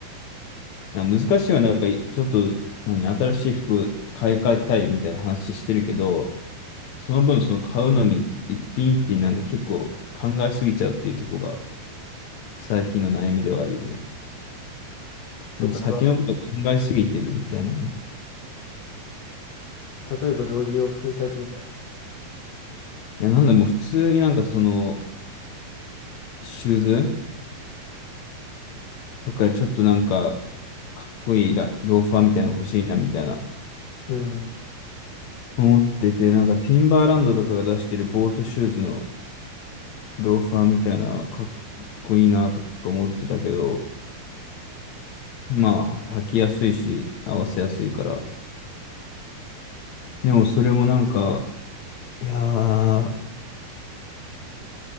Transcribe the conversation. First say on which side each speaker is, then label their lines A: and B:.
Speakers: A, on the left; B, on the left.
A: なんか難しいはなんかちょっと、何、新しい服を買い替えたいみたいな話してるけど、その分その買うのに一品一品なんか結構考えすぎちゃうっていうところが最近の悩みではあるよね。
B: 例えば、
A: もう先のこと考えすぎてるみたいなね。
B: 例えばどういう洋服最近見た
A: いや、なんだ、もう普通になんかその、シューズとかちょっとなんか、かっこいいラ、ローファーみたいなの欲しいなみたいな、
B: うん。
A: 思ってて、なんかティンバーランドとかが出してるボートシューズのローファーみたいな、かっこいいなとか思ってたけど、まあ、履きやすいし、合わせやすいから。でもそれもなんか、いやー、